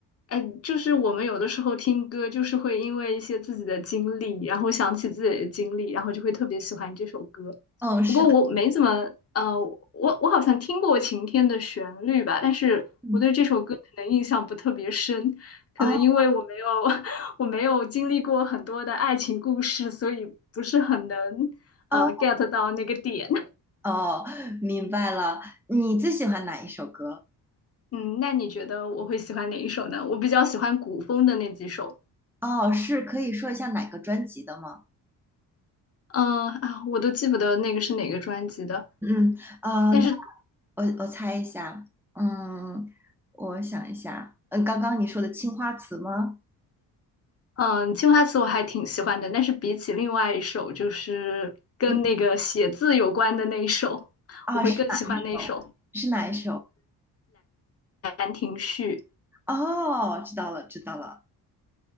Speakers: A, on the left; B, in the centre.
A: 哎，就是我们有的时候听歌，就是会因为一些自己的经历，然后想起自己的经历，然后就会特别喜欢这首歌。
B: 嗯，是的。
A: 不过我没怎么，呃，我我好像听过《晴天》的旋律吧，但是我对这首歌可能印象不特别深，
B: 嗯，
A: 可能因为我没有
B: 哦
A: <laughs> 我没有经历过很多的爱情故事，所以不是很能呃
B: 哦
A: get 到那个点。
B: 哦，明白了。你最喜欢哪一首歌？
A: 嗯，那你觉得我会喜欢哪一首呢？我比较喜欢古风的那几首，
B: 哦，是可以说一下哪个专辑的吗？
A: 嗯啊，我都记不得那个是哪个专辑的，
B: 嗯，呃，
A: 但是
B: 那。我我猜一下，嗯，我想一下，嗯，刚刚你说的《青花瓷》吗？
A: 嗯，青花瓷我还挺喜欢的，但是比起另外一首，就是跟那个写字有关的那一首，
B: 嗯，啊，
A: 我会更喜欢那一首
B: 是哪一首？是哪一首？
A: 《兰亭序》。
B: 哦，知道了，知道了。